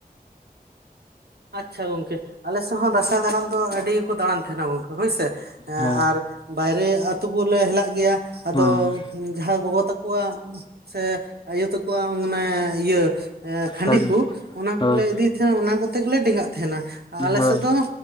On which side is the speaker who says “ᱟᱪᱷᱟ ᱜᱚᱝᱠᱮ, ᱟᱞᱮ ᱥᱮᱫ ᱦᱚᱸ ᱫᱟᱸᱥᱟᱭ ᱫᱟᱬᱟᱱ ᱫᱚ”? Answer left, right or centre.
Right